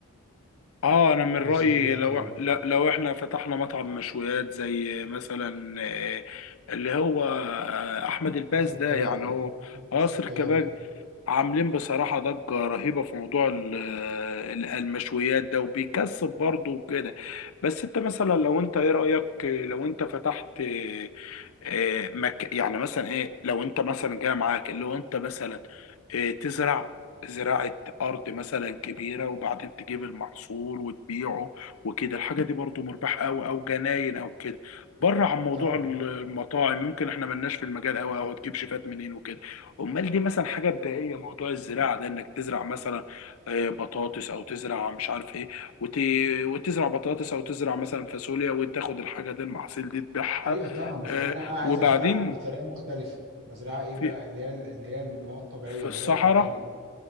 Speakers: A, on the left; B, on the right.
A: اه انا من
B: مشويات
A: رايي لو
B: ولا
A: ل- لو احنا فتحنا مطعم مشويات زي مثلا آه، اللي هو آه، احمد الباز
B: قصر الكبابجي
A: ده يعني هو قصر
B: قصر الكبابجي
A: كباب عاملين بصراحه ضجه رهيبه في موضوع ال- ال- المشويات ده وبيكسب برضه وكده بس انت مثلا لو انت ايه رايك آه، لو انت فتحت آه، مك... يعني مثلا ايه لو انت مثلا جاي معاك اللي هو انت مثلا آه، تزرع زراعة أرض مثلا كبيرة وبعدين تجيب المحصول وتبيعه وكده الحاجة دي برضو مربحة أوي أو جناين أو كده بره عن موضوع
B: طبعا
A: المطاعم يمكن احنا ملناش في المجال أوي أو تجيب شيفات منين وكده أمال دي مثلا حاجة بدائية موضوع الزراعة ده إنك تزرع مثلا آه، بطاطس أو تزرع مش عارف إيه وت... وتزرع بطاطس أو تزرع مثلا فاصوليا وتاخد الحاجة دي المحاصيل دي تبيعها
B: ايوه طبعا بس
A: آه،
B: انا بقى عايز
A: وبعدين
B: ازرعها بطريقه مختلفه ازرعها ايه
A: في
B: بقى اللي هي اللي هي المواد الطبيعيه
A: في
B: اللي
A: الصحراء
B: هي الاورجانيك